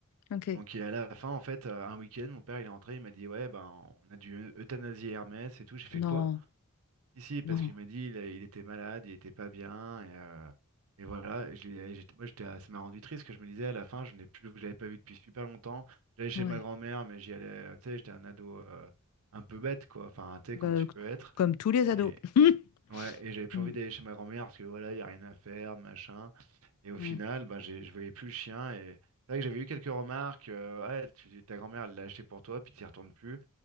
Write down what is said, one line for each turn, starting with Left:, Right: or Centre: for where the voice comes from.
Left: Ok.
Right: Donc, et à la fin, en fait, euh, un week-end, mon père, il est rentré, il m'a dit, ouais, ben, on a dû euthanasier Hermès et tout. J'ai fait
Left: Non,
Right: quoi? Si, si, parce
Left: non,
Right: qu'il m'a dit il, a- il était malade, il était pas bien, et, euh, et voilà. Je l'ai- j'étais- moi, j'étais, ça m'a rendu triste, parce que je me disais à la fin, je n'ai plus, je l'avais pas vu depuis super longtemps. J'allais chez
Left: ouais.
Right: ma grand-mère, mais j'y allais, euh, tu sais, j'étais un ado euh, un peu bête, quoi. Enfin, tu sais,
Left: Bah,
Right: comme tu
Left: c-
Right: peux être.
Left: comme tous les ados.
Right: Et
Left: <laughs>
Right: ouais, et j'avais plus
Left: Hmm,
Right: envie d'aller chez ma grand-mère parce que voilà, il y a rien à faire, machin. Et au
Left: hmm,
Right: final, ben, j'ai, je voyais plus le chien. Et c'est vrai que j'avais eu quelques remarques. euh, ouais, tu- ta grand-mère elle l'a acheté pour toi, puis tu n'y retournes plus.